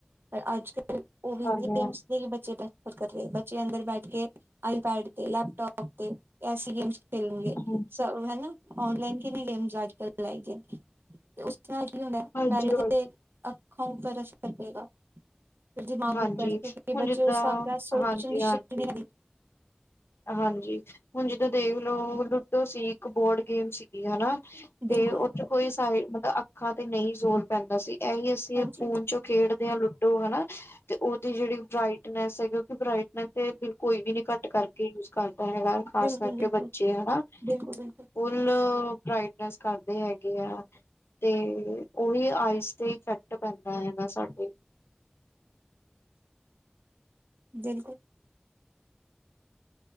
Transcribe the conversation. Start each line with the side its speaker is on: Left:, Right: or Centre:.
Right: ਪਰ ਅੱਜ- ਕੱਲ ਉਹ ਹੀ
Left: ਹਾਂਜੀ
Right: ਗੇਮਸ।
Left: ਹਾਂਜੀ
Right: ਨਹੀ ਬੱਚੇ ਪ੍ਰੈਫਰ ਕਰ ਰਹੇ। ਬੱਚੇ ਅੰਦਰ ਬੈਠ ਕੇ, ਆਈ-ਪੈਡ ਤੇ, ਲੈਪ-ਟੋਪ ਤੇ, ਐਂਸੀ ਗੇਮਸ ਖੇਲੇ ਗੇ
Left: ਹਮ <inaudible> <inaudible>
Right: ਚਲੋ ਹਨਾ, ਔਨਲਾਈਨ ਕਿਨੀਂ ਗੇਮਸ ਅੱਜ ਕੱਲ੍ਹ <unintelligible> ਲਈਕ ਏ ਚਲ ਵੀ ਹੁਣ
Left: ਹਾਂਜੀ
Right: ਪਹਿਲੇ
Left: ਹਾਂਜੀ
Right: ਤੇ ਅੱਖਾਂ-ਉਖਾ ਉੱਪਰ ਅਸਰ ਪਏਗਾ ਦਿਮਾਗ
Left: ਹਾਂਜੀ
Right: ਉੱਪਰ ਕਿਉਂਕਿ,
Left: ਹੁਣ
Right: ਬੱਚੇ
Left: ਜਿੱਦਾਂ
Right: ਉਸ ਹਿਸਾਬ ਨਾਲ ਸੋਚਣ
Left: ਹਾਂਜੀ
Right: ਦੀ
Left: ਹਾਂਜੀ
Right: ਸ਼ਕਤੀ ਨਈ ਹੈਗੀ।
Left: ਹਾਂਜੀ, ਹੁਣ ਜਿੱਦਾਂ ਦੇਖ ਲੋ ਲੂਡੋ ਸੀ, ਇੱਕ ਬੋਰਡ ਗੇਮ ਸੀ। ਏ ਹਨਾ, ਤੇ
Right: ਬਿਲਕੁਲ
Left: ਉਦੇ 'ਚ ਕੋਈ ਸਾਈਡ, ਅੱਖਾਂ ਤੇ ਨਹੀ ਜ਼ੋਰ ਪੈਂਦਾ ਸੀ ਇਹੀ ਤੇ
Right: ਹਾਂਜੀ
Left: ਫੋਨ ਚੋਂ, ਖੇਡਦੇ ਆ ਲੁਡੋ ਹਨਾ ਤੇ ਉਹਦੀ ਜਿਹੜੀ ਬ੍ਰਈਟਨੈੱਸ ਹੈ, ਕਿਉਂਕਿ, ਬ੍ਰਈਟਨੈੱਸ ਤੇ ਬਿਲਕੁਲ ਕੋਈ ਵੀ ਨੀ ਘੱਟ ਕਰ ਕੀ ਯੂਜ਼ ਕਰਦਾ ਹੈਗਾ, ਖਾਸ
Right: ਬਿਲਕੁਲ
Left: ਕਰਕੇ
Right: ਬਿਲਕੁਲ
Left: ਬੱਚੇ ਹਨਾ।
Right: ਬਿਲਕੁਲ ਬਿਲਕੁਲ
Left: ਫੁੱਲ, ਬ੍ਰਾਈਟਨੈਸ ਕਰਦੇ ਹੈਗੇ ਆ ਤੇ ਉਹੀ, ਆਈਸ ਤੇ ਇਫੈ਼ਕਟ ਪੈਂਦਾ ਹੈਗਾ ਸਾਡੇ
Right: ਬਿਲਕੁੱਲ।